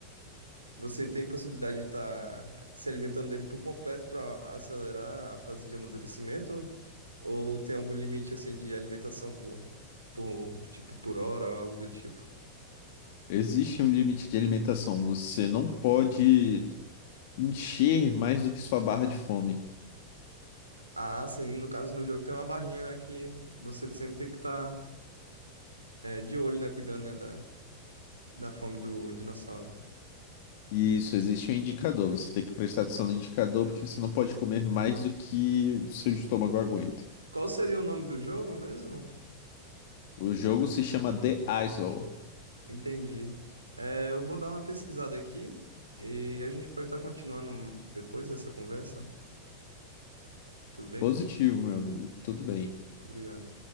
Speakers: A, on the right (about 80°); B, on the left (about 50°).
A: você tem possibilidade de estar se alimentando dele por completo para acelerar a fase de amadurecimento? Ou tem algum limite assim de alimentação por, por tipo por hora ou algo do tipo?
B: Existe um limite de alimentação. Você não pode Encher mais do que sua barra de fome.
A: Ah, sim, no caso no jogo tem uma barrinha, né, que você sempre tem que estar de olho, né, cuidando, né, da, da fome do dinossauro.
B: Isso, existe um indicador. Você tem que prestar atenção no indicador porque você não pode comer mais do que o seu estômago aguenta.
A: Qual seria o nome do jogo mesmo?
B: O jogo se chama The Islo.
A: Entendi. É, eu vou dar uma pesquisada aqui e a gente pode estar continuando depois dessa conversa. Tudo bem?
B: Positivo, meu amigo. Tudo bem.
A: Obrigado.